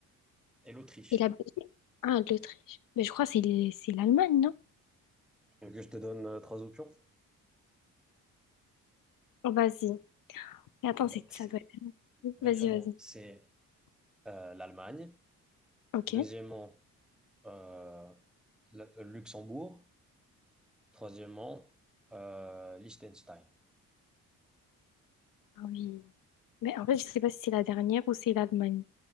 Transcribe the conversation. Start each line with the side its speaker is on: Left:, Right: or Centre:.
Centre: Et l'Autriche.
Left: Et la Belgique? Ah, l'Autriche. Mais je crois que c'est les- c'est l'Allemagne, non?
Centre: Tu veux Que je te donne euh, trois options.
Left: Oh, Vas-y. Mais attends,
Centre: Donc,
Left: c'est ça
Centre: c'est,
Left: doit être.
Centre: premièrement,
Left: Vas-y, vas-y.
Centre: c'est euh, l'Allemagne.
Left: Ok.
Centre: Deuxièmement, euh, le le Luxembourg. Troisièmement, euh, Liechtenstein.
Left: Ah Oui. Mais en fait, je sais pas si c'est la dernière ou c'est l'Allemagne.